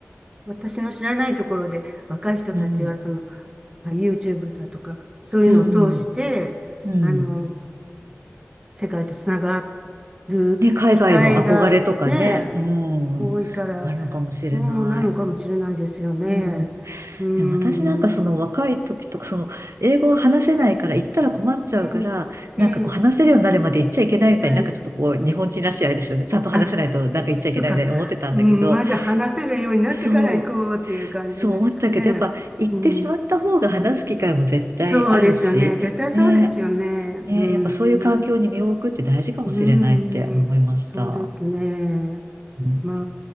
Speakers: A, on the right (about 20°); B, on the right (about 80°).
A: 私の知らないところで若い人たちはその
B: うん、
A: まあ YouTube だとかそういうのを通してあの
B: うん、うん。
A: 世界とつながる機会がね
B: ね、海外の憧れとかね、う
A: 多いから
B: ん、あるのかもしれない。
A: うんなのかもしれないですよね。
B: うん。
A: うん。
B: でも私なんかその若い時とか、その英語を話せないから行ったら困っちゃうから、
A: ええ、
B: なんかこう話せるようになるまで行っちゃいけないみたいになんかちょっとこう日本人らしいあれですよね。
A: ええ、はい。
B: ちゃんと話せないとなんか行っちゃいけないみたいに思ってたんだけど、
A: あ、そっか。うん、まず話せるようになってから行こうっていう感じですかね。
B: そう、そう思ったけど、やっぱ行ってしまった方が話す機会も絶対あるし、
A: うん、そうですよね。絶対そうですよね。
B: ね、ね、
A: うん。
B: やっぱそういう環境に身を置くって大事かもしれないって思いました。
A: うーん、そうですね。
B: うん
A: まあ、